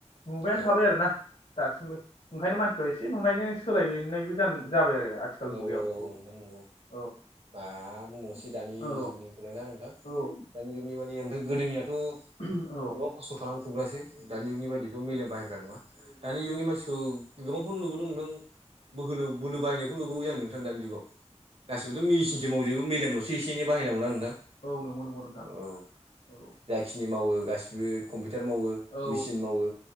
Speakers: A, on the left (about 70°); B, on the right (about 55°).
A: नुबायानो
B: औ
A: थाबाय आरोना। दासिमबो ओंखायनो मानसिफ्रा एसे नुनायजों सोलायनायबो जाबाय आरो आथिखाल
B: औ
A: मुगायाव
B: औ नोंथां नंगौ
A: औ
B: मा बुंबावसै दानि
A: औ
B: जुगनि खलायना नोंथां
A: औ
B: दानि जुगनि माने ओमफ्राय गोदोनियाथ'
A: औ
B: गोबां खस्थ' खालामफुग्रासो दानि जुगनि बा <unintelligible> मेलेम बाहायग्रा नङा दानि जुगनि मानसिखौ गोबांखौनो नुबोदों नोंथां बोहोलो बोलो बाहायनायखौ नुबावो जानो नोंथां दानि जुगाव? गासिबोथ' मिसिनसो मावजोबो मेलेम'लसो एसे एनै बाहायगौना नोंथां?
A: औ नंगौ नंगौ नोंथां
B: औ
A: औ
B: जाखिनि मावो गासिबो कम्पिउटार मावो
A: औ
B: मेसिन मावो।